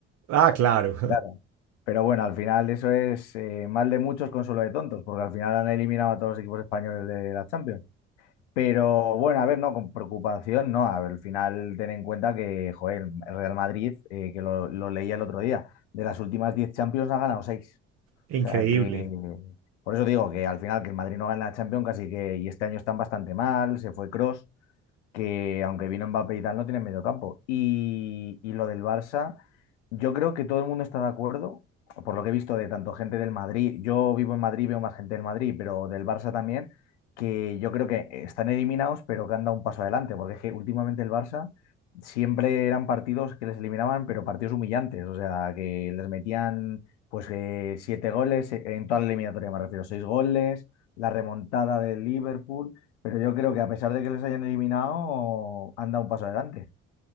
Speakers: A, on the right; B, on the left.
A: Ah, claro.
B: Claro. Pero bueno, al final eso es eh, mal de muchos, consuelo de tontos, porque al final han eliminado a todos los equipos españoles de la Champions. Pero bueno, a ver, no, con preocupación, no. A ver, al final ten en cuenta que, joder, el Real Madrid, eh, que lo, lo leía el otro día, de las últimas 10 Champions ha ganado seis
A: <laughs> Increíble.
B: O sea que, por eso digo que al final que el Madrid no gana la Champions casi que, y este año están bastante mal, se fue Cross que aunque vino Mbappé y tal, no tiene medio campo. Y, y lo del Barça, yo creo que todo el mundo está de acuerdo, por lo que he visto de tanto gente del Madrid, yo vivo en Madrid, veo más gente del Madrid, pero del Barça también, que yo creo que están eliminados, pero que han dado un paso adelante, porque es que últimamente el Barça siempre eran partidos que les eliminaban, pero partidos humillantes, o sea, que les metían pues eh, siete goles, eh, en toda la eliminatoria me refiero, seis goles, la remontada del Liverpool. Pero yo creo que a pesar de que les hayan eliminado, han dado un paso adelante.